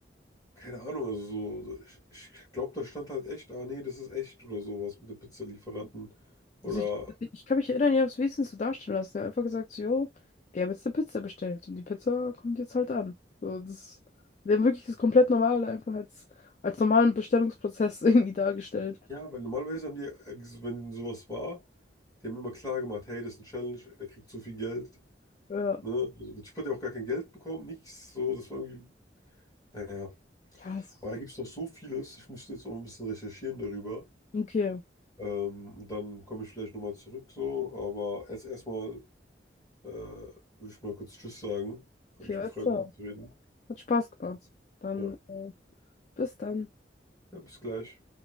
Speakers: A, on the left; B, on the left.
A: keine Ahnung, also so, ich, ich glaube, da stand halt echt, ah nee, das ist echt oder sowas mit dem Pizzalieferanten. Oder
B: Also ich, ich kann mich erinnern, ihr habt es wenigstens so darstellen lassen. Ihr habt einfach gesagt, so, jo, wir haben jetzt eine Pizza bestellt und die Pizza kommt jetzt halt an. So, das, wir haben wirklich das komplett normal einfach als, als normalen Bestellungsprozess <laughs> irgendwie dargestellt.
A: Ja, weil normalerweise haben die, äh, ges- wenn sowas war, die haben immer klar gemacht, hey, das ist eine Challenge, der kriegt so viel Geld.
B: Ja,
A: Ne? Also, der Typ hat ja auch gar kein Geld bekommen, nichts. So, das war irgendwie, naja.
B: ja, das,
A: Aber da gibt es noch so vieles. Ich müsste jetzt auch ein bisschen recherchieren darüber.
B: okay,
A: Ähm, und dann komme ich vielleicht nochmal zurück so. Aber jetzt erstmal äh, will ich mal kurz Tschüss sagen. Hat
B: okay,
A: mich
B: alles
A: gefreut,
B: klar.
A: mit dir zu reden.
B: Hat Spaß gemacht. Dann,
A: Ja,
B: äh, bis dann.
A: ja, bis gleich.